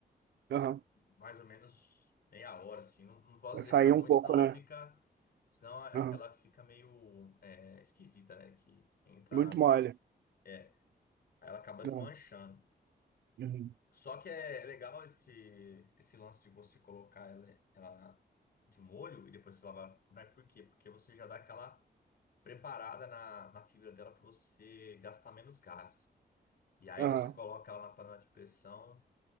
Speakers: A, on the right; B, on the left.
A: Aham.
B: mais ou menos meia hora, assim. Não, não posso
A: Vai
B: deixar
A: sair
B: muito,
A: um pouco,
B: senão ela
A: né?
B: fica, senão ela,
A: Aham.
B: ela fica meio é, esquisita, né? Que entra
A: Muito
B: água
A: mole.
B: na. É, aí ela acaba desmanchando.
A: Aham, uhum.
B: Só que é legal esse, esse lance de você colocar ela, ela de molho e depois você lavar por nair. Por quê? Porque você já dá aquela preparada na, na fibra dela para você gastar menos gás. E aí
A: Aham.
B: você coloca ela na panela de pressão,